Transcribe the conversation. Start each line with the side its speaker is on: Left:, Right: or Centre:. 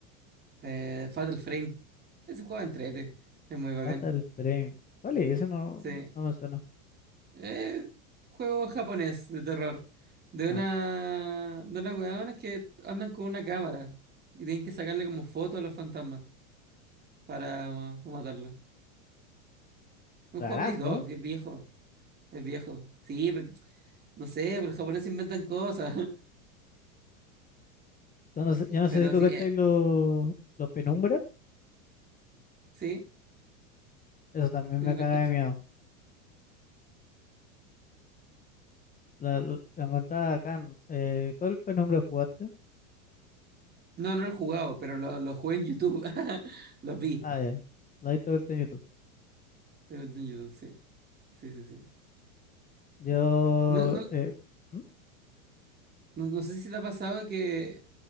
Right: Eh, Fatal Frame. Ese juego entrete. Es muy bacán.
Left: Fatal Frame. Vale, ese no,
Right: Sí.
Left: no me suena.
Right: Eh, juego japonés de terror. De
Left: No.
Right: una. De unas hueonas que andan con una cámara. Y tienen que sacarle como fotos a los fantasmas para, para matarlos. Un
Left: Rarazo,
Right: juego de Play 2,
Left: ¿no?
Right: y es viejo. Es viejo. Sí, pero- no sé, pero los japoneses inventan cosas. <laughs>
Left: Yo no sé, yo no
Right: Pero
Left: sé si tú
Right: sí,
Left: cacháis
Right: eh,
Left: los los penumbra.
Right: sí,
Left: Eso también
Right: sí,
Left: me
Right: los
Left: caga
Right: cacho.
Left: de miedo. La, la, la encontraba acá. en- Eh, ¿cuál penumbra jugaste?
Right: No, no lo he jugado, pero lo, lo jugué en YouTube. <laughs> Los vi.
Left: Ah, ya. La he visto vuelta en YouTube.
Right: de Golden Judo, sí. Sí, sí, sí.
Left: Yo,
Right: No, no,
Left: eh, ¿Mm?
Right: no, no sé si te ha pasado que,